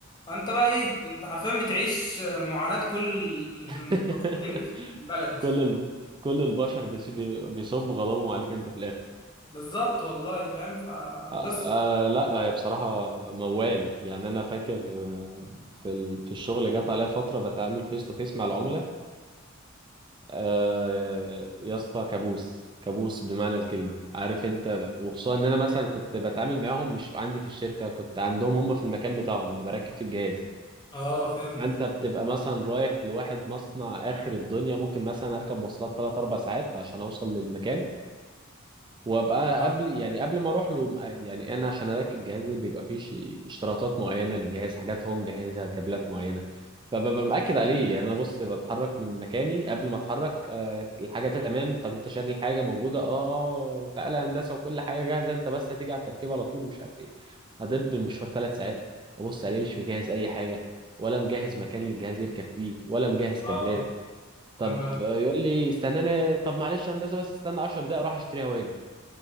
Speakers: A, on the left; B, on the right.
A: فانت بقى ايه كنت حرفيا بتعيش معاناة كل ال- المواطنين
B: <laughs>
A: اللي في البلد دي
B: كل الب... كل البشر بيس- بي- بيصبوا غضبهم عليك انت في الاخر
A: بالظبط والله فاهم فقصة
B: آه آه لا هي بصراحه موال يعني انا فاكر آه، في ال... في الشغل جت عليا فتره بتعامل فيس تو فيس مع العملاء آه يا اسطى كابوس كابوس بمعنى الكلمه عارف انت وخصوصا ان انا مثلا كنت بتعامل معاهم مش عندي في الشركه كنت عندهم هم في المكان بتاعهم اللي بركب فيه الجهاز
A: اه فهمت
B: انت بتبقى مثلا رايح لواحد مصنع اخر الدنيا ممكن مثلا اركب مواصلات 3 4 ساعات عشان اوصل للمكان وابقى
A: اه
B: قبل يعني قبل ما اروح له يعني انا عشان اركب جهازي بيبقى فيه ش- اشتراطات معينه للجهاز حاجات هو مجهزها كابلات معينه فببقى مأكد عليه يعني انا بص بتحرك من مكاني قبل ما اتحرك آه، الحاجه تمام طب انت شاري الحاجه موجوده اه آه، تعالى يا هندسه وكل حاجه جاهزه انت بس هتيجي على التركيب على طول ومش عارف ايه هدب مشوار ثلاث ساعات ابص عليه مش مجهز اي حاجه ولا مجهز مكان للجهاز يركب فيه ولا مجهز كابلات
A: آه.
B: طب
A: يا نهار
B: آه، يقول لي استناني طب معلش يا هندسه بس استنى 10 دقايق اروح اشتريها واجي